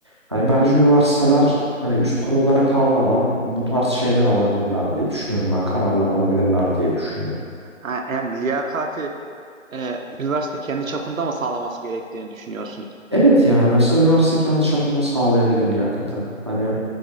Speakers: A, on the right (about 20°); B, on the right (about 80°).
A: Hani bence üniversiteler hani üst kurullara kalmadan bu tarz şeyler alabilirler diye düşünüyorum ben. Kararlar alabilirler diye düşünüyorum.
B: Ha, yani liyakati e, üniversite kendi çapında mı sağlaması gerektiğini düşünüyorsun?
A: Evet yani mesela üniversite kendi çapında sağlayabilir liyakati. Hani